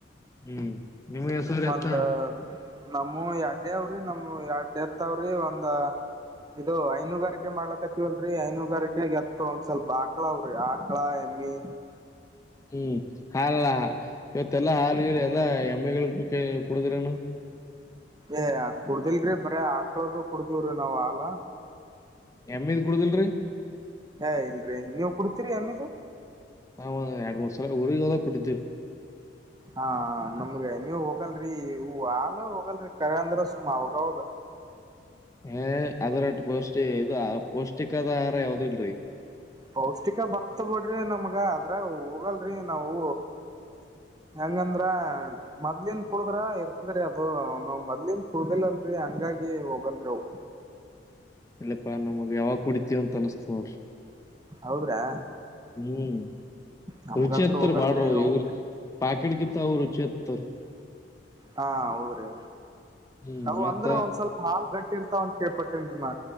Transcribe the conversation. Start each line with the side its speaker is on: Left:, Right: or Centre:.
Left: ಹ್ಮ್ ನಿಮ್ಗೆ ಹೆಸರು ಎತ್ತ
Right: ಒಂದ ನಮ್ಮ ಎಡ್ಡ ಅವ್ರಿ ನಮ್ಮ ಎಡ್ಡೆತ್ವ್ರಿ ಒಂದ ಇದು ಐನುಗಾರಿಕೆ ಮಾಡ್ಲಕತ್ತವಲ್ರರಿ ಐನುಗಾರಿಕೆಗೆ ಎತ್ತತ್ತು ಒಂದ್ ಸ್ವಲ್ಪ ಆಕ್ಲಾವ್ರಿ ಹ ಎಮ್ಮಿ
Left: ಹ್ಮ್ ಹಾಲಲ್ಲ ಇವತ್ತೆಲ್ಲಾ ಹಾಲ್ ಎಲ್ಲಾ ಎಮ್ಮಿಗಳ ಕುಡುದಿರನು
Right: ಏ ಕುಡ್ದಿಲ್ರರಿ ಬರ ಆಕ್ಳೋದು ಕುಡ್ದಿವ್ರೀ ನಾವ್ ಹಾಲ
Left: ಎಮ್ಮೆದು ಕುಡುದಲ್ರರಿ
Right: ಏ ಏನ್ರೀ ನೀವ್ ಕುಡ್ತಿರಿ ಎಮ್ಮೆದು
Left: ನಾವ ಎಡ್ ಮೂರ್ ಸಾವಿರ ಊರಿಗ್ ಹೊದಾಗ್ ಕೊಟ್ಟಿದ್ದೀರಿ
Right: ಹ ನಮ್ಗ ನೀವು ಹೋಗಲ್ರರಿ ಹೂ ಆಲ್ ಹೋಗಲ್ರರಿ ಕರೆ ಅಂದ್ರ ಸುಮ್ಮ ಅವಾಗವಾಗ
Left: ಹೇ ಅದ್ರಟ್ಟ ಪೌಷ್ಟಿ ಇದು ಪೌಷ್ಟಿಕದ ಆಹಾರ ಯಾವ್ದ ಇಲ್ರರಿ
Right: ಪೌಷ್ಟಿಕ ಬರ್ತ ಬಿಡ್ರಿ ನಮ್ಗ ಅದ್ರ ಹೋಗಲ್ರಿ ನಾವು ಹೆಂಗಂದ್ರ ಮೊದ್ಲಿನ್ ಕುಡುದ್ರ ಇರ್ತದ್ರೀ ಅದು ನಾವ್ ಮೊದ್ಲಿಂದ ಕುಡುದಿಲ್ಲಲ್ರರಿ ಹಂಗಾಗಿ ಹೋಗಲ್ರಿ ಅವು
Left: ಇಲ್ಲಪ್ಪಾ ನಮಗ್ ಯಾವಾಗ ಕುಡಿತೀವ ಅಂತ ಅನ್ಸಸ್ತ ನೋಡ್ರಿ
Right: ಹೌದ್ರಾ
Left: ಹ್ಮ್
Right: ನಮ್ಗಂತ್ರು
Left: ರುಚಿ ಹತ್ತರ
Right: ಹೋಗಲ್ರಿ
Left: ಬಾಡ್ರ
Right: ಅವು
Left: ಇವ್ರ ಪಾಕಿಡ್ಗಿತ್ತ ಅವ ರುಚಿ ಹತ್ತರ
Right: ಹಾ ಹೌದ್ರೀ
Left: ಹ್ಮ್
Right: ಅವು
Left: ಮತ್ತ
Right: ಅಂದ್ರೆ ಒಂದ್ ಸ್ವಲ್ಪ ಹಾಲ್ ಗಟ್ಟಿ ಇರ್ತಾವ ಒಂದ ಕೇಳ್ಪಟ್ಟೇನ್ರಿ